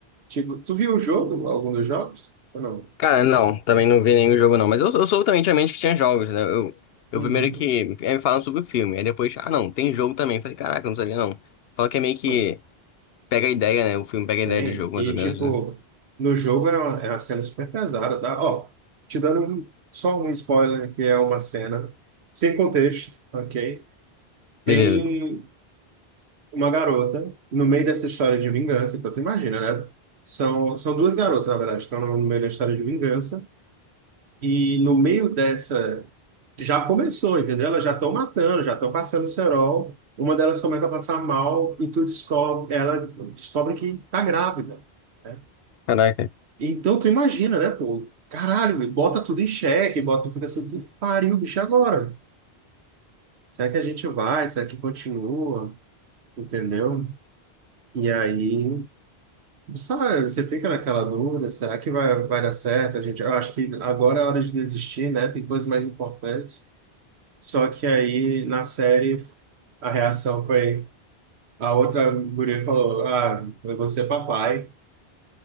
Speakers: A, on the right; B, on the left.
A: Tipo, tu viu o jogo, algum dos jogos? Ou não?
B: Cara, não, também não vi nenhum jogo não, mas eu, eu sou também tinha mente que tinha jogos, né? Eu, eu
A: Uhum.
B: primeiro que, aí me falam sobre o filme, aí depois, ah não, tem jogo também. Falei, caraca, eu não sabia não. Fala que é meio que
A: Pois,
B: pega a ideia, né? O filme pega
A: Tem.
B: a ideia do jogo,
A: E,
B: mais ou menos,
A: tipo,
B: né?
A: no jogo é uma, é uma cena super pesada, tá? Ó, te dando um- só um spoiler, que é uma cena sem contexto, ok? Tem
B: Beleza.
A: uma garota no meio dessa história de vingança. Então, tu imagina, né? São, são duas garotas, na verdade, que estão no meio da história de vingança. E no meio dessa. Já começou, entendeu? Elas já estão matando, já estão passando cerol. Uma delas começa a passar mal e tu descobre, ela descobre que tá grávida. né?
B: Caraca.
A: Então tu imagina, né, pô? Caralho, e bota tudo em xeque, bota, fica assim, que pariu, bicho, e agora? Será que a gente vai? Será que continua? Entendeu? E aí. Sabe, você fica naquela dúvida, será que vai, vai dar certo? A gente, eu acho que agora é hora de desistir, né? Tem coisas mais importantes. Só que aí, na série, a reação foi... A outra guria falou, ah, eu vou ser papai.